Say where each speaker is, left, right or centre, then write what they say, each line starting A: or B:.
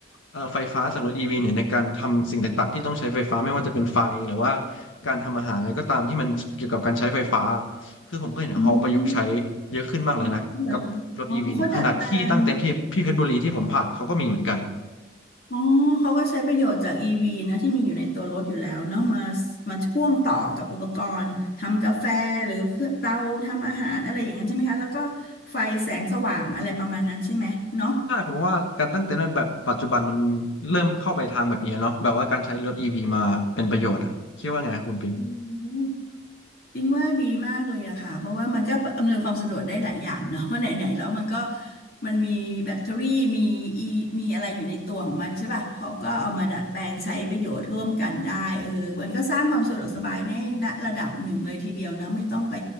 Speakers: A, on the left (about 85°); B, on the left (about 50°).
A: เอ่อไฟฟ้าจากรถ EV เนี่ยในการทำสิ่งต่างๆที่ต้องใช้ไฟฟ้าไม่ว่าจะเป็นไฟหรือว่าการทำอาหารอะไรก็ตามที่มันเกี่ยวกับการใช้ไฟฟ้าคือผมก็เห็นเขาประยุกต์ใช้เยอะขึ้นมากเลยนะกับรถ
B: อืมอ๋อเหรออ๋อเขาดัดแปลง
A: EV เนี่ยขนาดที่ตั้งเต็นท์ที่ที่เพชรบุรีที่ผมผ่านเขาก็มีเหมือนกัน
B: อ๋อ เขาก็ใช้ประโยชน์จาก EV นะที่มีอยู่ในตัวรถอยู่แล้วเนาะมามาพ่วงต่อกับอุปกรณ์ทำกาแฟหรือเครื่องเตาทำอาหารอะไรอย่างนั้นใช่ไหมคะแล้วก็ไฟแสงสว่างอะไรประมาณนั้นใช่ไหมเนาะ
A: ใช่ผมว่าการตั้งเต็นท์ในแบบปัจจุบันมันเริ่มเข้าไปทางแบบนี้เนาะแบบว่าการใช้รถ EV มาเป็นประโยชน์อ่ะคิดว่าไงคุณปิง
B: อืม ปิงว่าดีมากเลยอะค่ะเพราะว่ามันก็อำนวยความสะดวกได้หลายอย่างเนาะ <laughs> ว่าะไหนๆแล้วมันก็มันมีแบตเตอรี่มีอีมีอะไรอยู่ในตัวของมันใช่ป่ะเขาก็เอามาดัดแปลงใช้ประโยชน์ร่วมกันได้เออมันก็สร้างความสะดวกสบายในณระดับหนึ่งเลยทีเดียวนะไม่ต้องไป